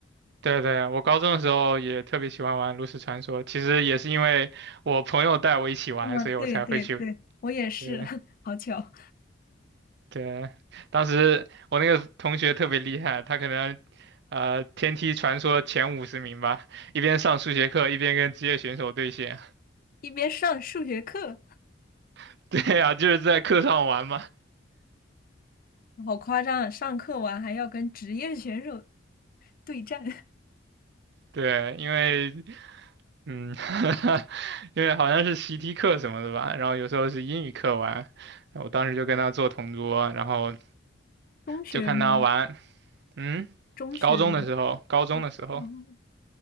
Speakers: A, on the right; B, on the left.
A: 对对，我高中的时候也特别喜欢玩炉石传说，其实也是因为我朋友带我一起玩，
B: 啊，
A: 所以我才会去。
B: 对对对，我也是，
A: 对，
B: <laughs> 好巧，
A: 对，当时我那个同学特别厉害，他可能呃天梯传说前五十名吧，一边上数学课一边跟职业选手对线。
B: 一边上数学课。
A: <laughs> 对呀、就是在课上玩嘛。
B: 好夸张啊！上课完还要跟职业选手对战，<laughs>
A: 对，因为嗯，<laughs> 因为好像是习题课什么的吧，然后有时候是英语课玩，我当时就跟他做同桌，然后
B: 中学吗？
A: 就看他玩。嗯，
B: 中学吗？
A: 高中的时候，高中的时候，
B: 哦，